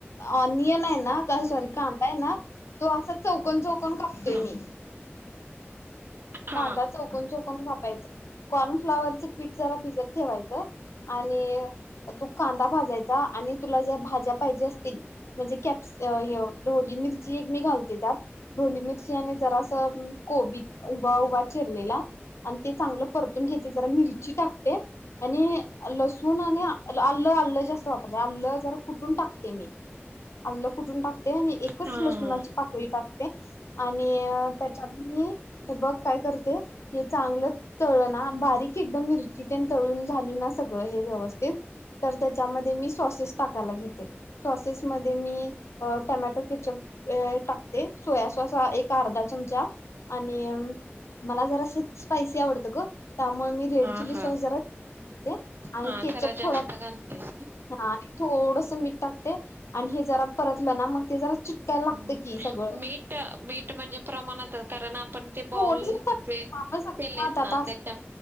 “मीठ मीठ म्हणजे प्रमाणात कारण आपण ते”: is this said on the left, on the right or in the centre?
Right